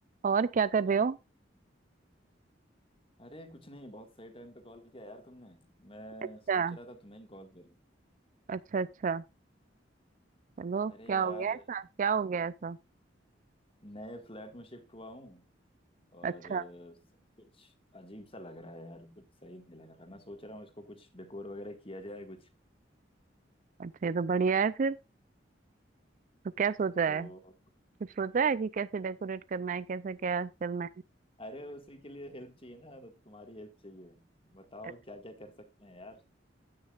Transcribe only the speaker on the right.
और क्या कर रहे हो
अच्छा
अच्छा अच्छा चलो
क्या
हो गया ऐसा क्या हो गया ऐसा
अच्छा
अच्छा ये तो बढ़िया है फिर तो क्या सोचा
है कुछ सोचा है कि कैसे डेकोरेट करना है कैसे क्या करना है
अच्छा